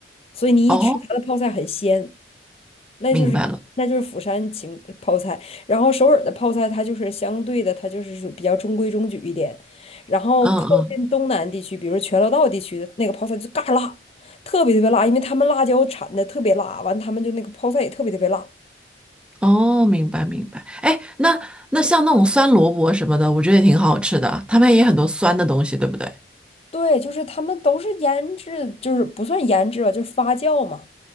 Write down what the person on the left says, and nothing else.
所以你一吃它的泡菜很鲜。
那就是那就是釜山芹泡菜，
然后首尔的泡菜它就是相对的，它就是属比较中规中矩一点，然后靠近东南地区，
比如全罗道地区的那个泡菜就嘎辣，特别特别辣，因为他们辣椒产的特别辣，完他们就那个泡菜也特别特别辣。
对，就是他们都是腌制，就是不算腌制吧，就是发酵嘛。